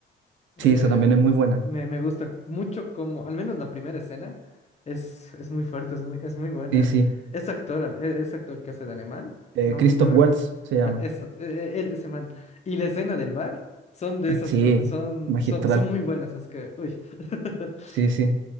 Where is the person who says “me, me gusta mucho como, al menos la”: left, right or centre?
Left